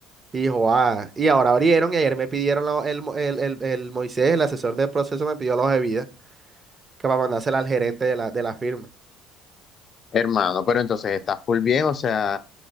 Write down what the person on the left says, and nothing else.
Hermano, pero entonces estás full bien, o sea...